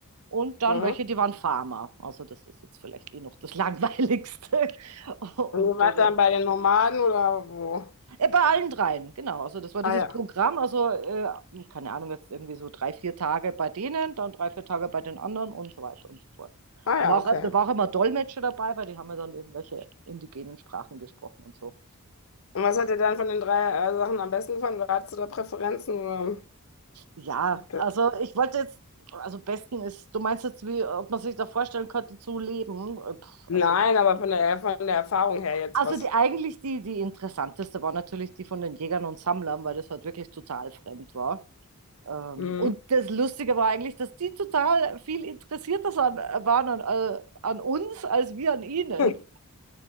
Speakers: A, on the right (about 80°); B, on the left (about 65°).
A: und dann
B: Mhm.
A: welche, die waren Farmer. Also das ist jetzt vielleicht eh noch das <laughs> Langweiligste. Und
B: Und ihr wart
A: äh,
B: dann bei den Nomaden oder wo?
A: äh, Bei allen dreien, genau. Also das war
B: Ah
A: dieses
B: ja.
A: Programm, also äh, keine Ahnung, jetzt irgendwie so drei, vier Tage bei denen, dann drei, vier Tage bei den anderen und so weiter und so fort.
B: Ah
A: Dann
B: ja,
A: war
B: okay.
A: auch, da war auch immer Dolmetscher dabei, weil die haben ja dann irgendwelche indigenen Sprachen gesprochen und so.
B: Und was hat dir dann von den drei äh, Sachen am besten gefallen? Oder hattest du da Präferenzen?
A: Ja,
B: Oder?
A: also ich wollte jetzt, also besten ist, du meinst jetzt, wie, ob man sich da vorstellen könnte zu leben? Äh, Pff,
B: Nein,
A: also
B: aber von der, von der Erfahrung her jetzt
A: also
B: was.
A: die, eigentlich die, die interessanteste war natürlich die von den Jägern und Sammlern, weil das halt wirklich total fremd war. Ähm,
B: Mhm.
A: und das Lustige war eigentlich, dass die total viel interessierter san- waren an, äh, an uns als wir an ihnen.
B: <laughs>